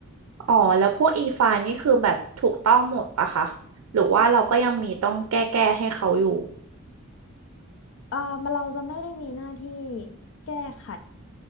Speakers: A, on the right (about 85°); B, on the left (about 65°).
A: อ๋อ แล้วพวกอีไฟล์นี่คือแบบถูกต้องหมดปะคะหรือว่าเราก็ยังมีต้องแก้แก้ให้เขาอยู่
B: เออมันเราจะไม่ได้มีหน้าที่แก้ไข